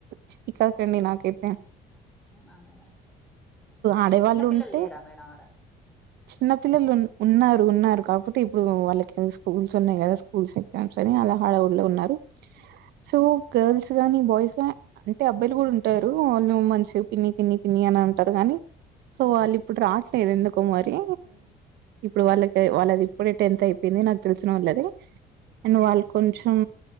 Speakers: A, on the right; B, in the centre.
A: చీకాక్ అండి నాకు అయితే.
B: అ మేడం అంటే
A: ఆడేవాళ్ళు
B: చిన్నపిల్లలు
A: ఉంటే
B: లేరా మేడం ఆడ
A: చిన్న పిల్లలు ఉన్నారు ఉన్నారు కాకపోతే ఇప్పుడు వాళ్ళకి స్కూల్స్ ఉన్నాయి కదా స్కూల్స్ ఎగ్జామ్స్ అని అలా హడ ఊళ్లో ఉన్నారు సో గర్ల్స్ గాని బాయ్స్ అంటే అబ్బాయిలు కూడా ఉంటారు వాళ్ళు మస్ పిన్ని పిన్ని పినియన్ అంటారు కానీ సో వాళ్ళు ఇప్పుడు రావట్లేదు ఎందుకో మరి ఇప్పుడు వాళ్ళకి వాళ్ళది ఇప్పుడే టెన్త్ అయిపోయింది నాకు తెలిసిన వాళ్ళది అండ్ వాళ్ళు కొంచెం